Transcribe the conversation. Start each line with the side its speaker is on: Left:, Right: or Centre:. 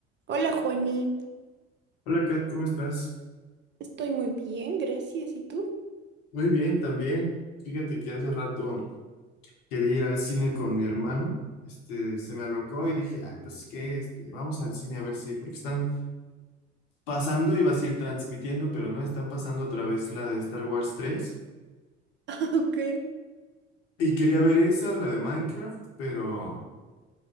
Right: Hola Juani,
Left: Hola Kat, ¿cómo estás?
Right: estoy muy bien, gracias. ¿Y tú?
Left: Muy bien, también. Fíjate que hace rato quería ir al cine con mi hermano. Este, se me alocó y dije, ah, pues qué, este, vamos al cine a ver si, porque están pasando, iba a ir transmitiendo, pero no, están pasando otra vez la de Star Wars tres
Right: <laughs> Ok,
Left: Y quería ver esa o la de Minecraft, pero,